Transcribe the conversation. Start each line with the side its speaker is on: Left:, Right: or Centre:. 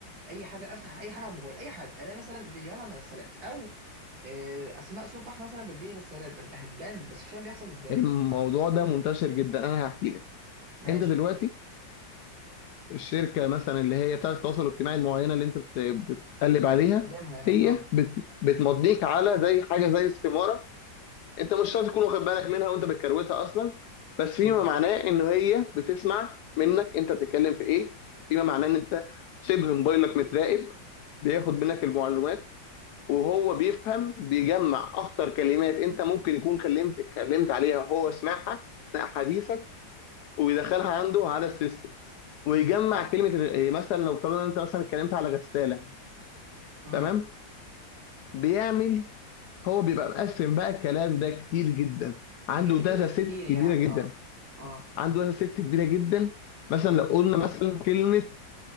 Right: اي حاجه افتح اي حاجه على الموبايل اي حاجه الاقي مثلا فيديوهات عن الغسالات او آه، اسماء صفح مثلا بتبيع غسالات ببقى هتجنن بس مش فاهم بيحصل ازاي
Left: الموضوع ده منتشر جدا انا هحكي لك
Right: ماشي
Left: انت دلوقتي الشركه مثلا اللي هي بتاعه التواصل الاجتماعي المعينه اللي انت بت- بتقلب عليها
Right: بستخدمها يعني
Left: هي
Right: اه
Left: بت- بتمضيك على زي حاجه زي استماره انت مش شرط تكون واخد بالك منها وانت بتكروتها اصلا بس فيما
Right: امم
Left: معناه ان هي بتسمع منك انت بتتكلم في ايه فيما معناه ان انت شبه موبايلك متراقب بياخد منك المعلومات وهو بيفهم بيجمع اكتر كلمات انت ممكن يكون كلمت اتكلمت عليها وهو سمعها اثناء حديثك ويدخلها عنده على السيستم ويجمع كلمه إيه، مثلا لو افترضنا انت مثلا اتكلمت على غساله
Right: امم
Left: تمام بيعمل هو بيبقى مقسم بقى الكلام ده كتير جدا عنده
Right: في كاتيجوريز
Left: داتا سيت
Right: كتير
Left: كبيره
Right: يعني
Left: جدا
Right: اه اه
Left: عنده مثلا ست كبيره جدا مثلا لو قلنا مثلا كلمه